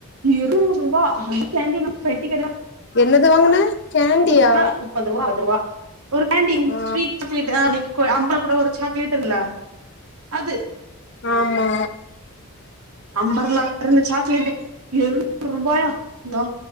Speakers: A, on the right; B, on the left.
A: எழுவ்ரூபா அந்த கேண்டி நா பெட்டி கடைதா
B: என்னது வாங்குன கேண்டியா
A: ரூபா முப்பது ரூவா அறுவதுரூவா ஒரு கேண்டி
B: ஆ
A: ஸ்வீட் <inaudible> அன்னக்கி கூ அம்பளக்கூட ஒரு சாக்லேட் இருக்குல அது
B: ஆமா
A: அம்பர்லா <inaudible> சாக்லேட்டு எழு <inaudible> ரூபாயா நா